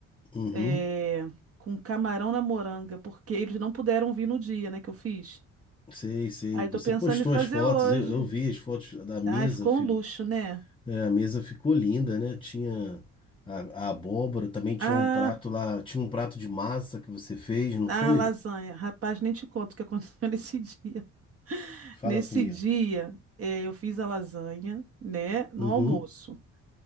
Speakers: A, on the left; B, on the right.
A: Uhum.
B: É, com camarão na moranga, porque eles não puderam vir no dia, né, que eu fiz.
A: Sei, sei.
B: Aí tô
A: Você
B: pensando
A: postou
B: em fazer
A: as fotos,
B: hoje.
A: eu, eu vi as fotos da mesa.
B: Ai, ficou
A: fi-
B: um luxo, né?
A: é, a mesa ficou linda, né? Tinha a, a abóbora, também tinha
B: Ah,
A: um prato lá, tinha um prato de massa que você fez, não
B: ah,
A: foi?
B: lasanha. Rapaz, nem te conto o que aconteceu <laughs> nesse dia.
A: Fala
B: Nesse
A: comigo.
B: dia, eh, eu fiz a lasanha, né, no
A: Uhum,
B: almoço. O